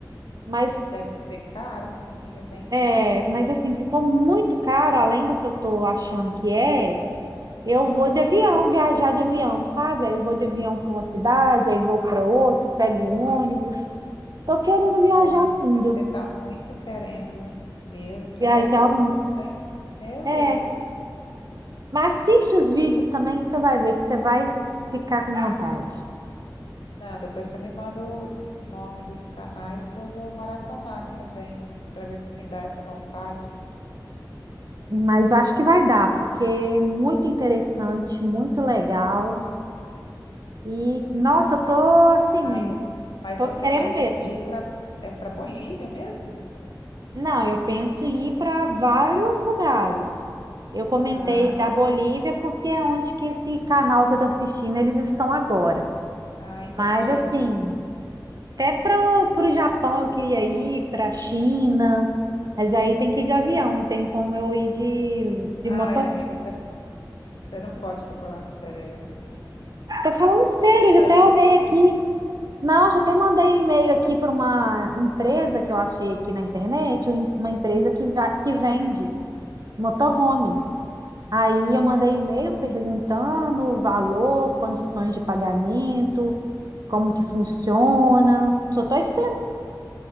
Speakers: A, on the right (about 55°); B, on the left (about 85°).
A: mas
B: Deve ser caro, né, amiga? Bem
A: é,
B: caro.
A: mas assim, se for muito caro, além do que eu tô achando que é, Eu
B: Ah,
A: vou de avião, viajar de avião, sabe? Aí eu vou de avião para uma cidade, aí vou para outra, pego ônibus. Tô querendo viajar
B: nossa,
A: o mundo,
B: mas você tá muito querendo mesmo
A: viajar
B: sair pelo
A: o mundo.
B: mundo, hein? Meu
A: É,
B: Deus.
A: mas assiste os vídeos também que você vai ver que você vai ficar com vontade.
B: Não, depois você me manda os nomes dos canais que eu vou maratonar aqui também, para ver se me dá essa vontade.
A: Mas eu acho que vai dar, porque é muito interessante, muito legal. E nossa, eu tô assim,
B: Mas, mas
A: tô
B: você
A: querendo
B: pensa
A: mesmo.
B: de ir para é para Bolívia mesmo?
A: Não, eu penso em ir para vários lugares. Eu comentei
B: Ah,
A: da
B: sim.
A: Bolívia porque é onde que esse canal que eu estou assistindo eles estão agora.
B: Ah, entendi.
A: Mas assim, até para o Japão eu queria ir, para a China, mas aí tem que ir de avião, tem como eu ir de, de
B: Ai,
A: motor.
B: amiga, você não, você não pode estar falando sério.
A: Tô falando sério, eu
B: Tá
A: já até
B: de
A: olhei
B: doendo.
A: aqui. Não, já até mandei um e-mail aqui para uma empresa que eu achei aqui na internet, um- uma empresa que, va- que vende motorhome. Aí eu mandei e-mail perguntando o valor, condições de pagamento, como que funciona. Só estou esperando